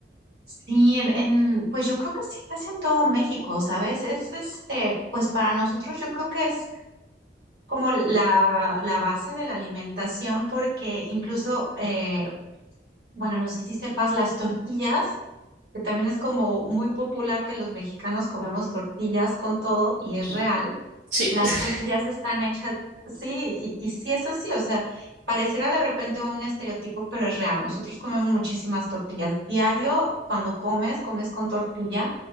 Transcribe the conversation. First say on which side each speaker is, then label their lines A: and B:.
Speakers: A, on the right (about 80°); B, on the right (about 45°).
A: Sí, en, en, pues yo creo que sí, casi en todo México, ¿sabes? Es este, pues para nosotros yo creo que es como la, la base de la alimentación, porque incluso, eh, bueno, no sé si sepas, las tortillas, que también es como muy popular que los mexicanos comemos tortillas con todo, y es
B: Mm,
A: real,
B: Sí,
A: las
B: <laughs>
A: tortillas están hechas, sí, y, y sí es así, o sea, pareciera de repente un estereotipo, pero es real. Nosotros comemos muchísimas tortillas. Diario, cuando comes, comes con tortilla.